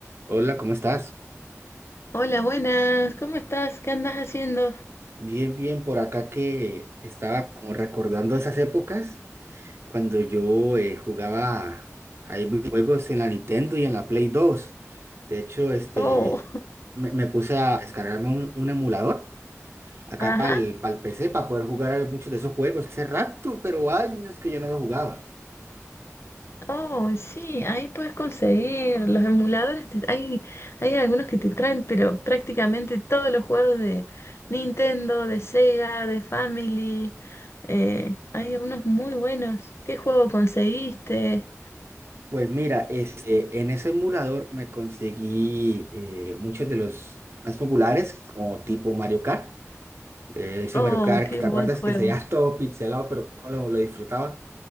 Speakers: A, on the right; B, on the left.
A: Hola, ¿cómo estás?
B: Hola, buenas, ¿cómo estás? ¿Qué andas haciendo?
A: Bien, bien, por acá que estaba como recordando esas épocas cuando yo eh, jugaba ahí juegos en la Nintendo y en la Play dos. De hecho, este,
B: Oh,
A: me, me puse a descargarme un, un emulador acá
B: ajá,
A: para el, PC para poder jugar a muchos de esos juegos. Hace rato, pero años que yo no los jugaba.
B: oh, sí, ahí puedes conseguir los emuladores. te- hay, hay algunos que te traen, pero prácticamente todos los juegos de Nintendo, de Sega, de Family. eh, hay algunos muy buenos. ¿Qué juego conseguiste?
A: Pues mira, este, en ese emulador me conseguí eh, muchos de los más populares, como tipo Mario Kart. eh, ese
B: Oh,
A: Mario Kart,
B: qué
A: ¿te
B: buen
A: acuerdas
B: juego.
A: que se veía <laughs> todo pixelado, pero cómo lo, lo disfrutaba?